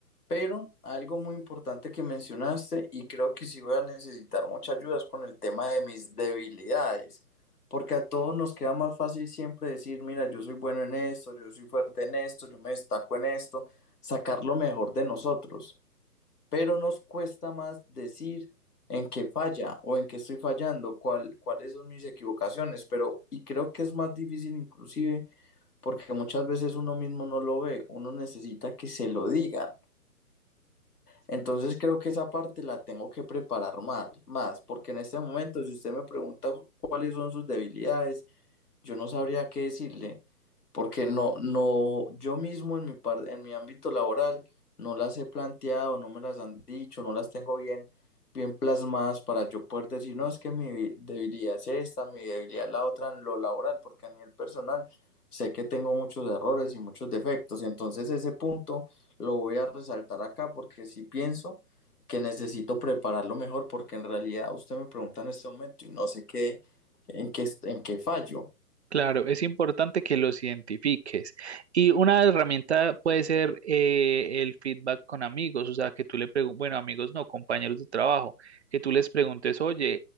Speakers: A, on the left; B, on the right.
A: Pero algo muy importante que mencionaste y creo que sí voy a necesitar mucha ayuda es con el tema de mis debilidades. Porque a todos nos queda más fácil siempre decir, mira, yo soy bueno en esto, yo soy fuerte en esto, yo me destaco en esto, sacar lo mejor de nosotros. pero nos cuesta más decir en qué falla o en qué estoy fallando, cuál, cuáles son mis equivocaciones, pero y creo que es más difícil inclusive porque muchas veces uno mismo no lo ve, uno necesita que se lo digan. Entonces creo que esa parte la tengo que preparar más, más, porque en este momento si usted me pregunta cuáles son sus debilidades, yo no sabría qué decirle, porque no, no, yo mismo en mi par- en mi ámbito laboral no las he planteado, no me las han dicho, no las tengo bien, bien plasmadas para yo poder decir, no, es que mi debilidad es esta, mi debilidad es la otra en lo laboral, porque a nivel personal sé que tengo muchos errores y muchos defectos, entonces ese punto lo voy a resaltar acá porque sí pienso que necesito prepararlo mejor, porque en realidad usted me pregunta en este momento y no sé qué, en qué, en qué fallo.
B: Claro, es importante que los identifiques. Y una herramienta puede ser eh, el feedback con amigos, o sea, que tú le preguntes, bueno, amigos no, compañeros de trabajo, que tú les preguntes, oye,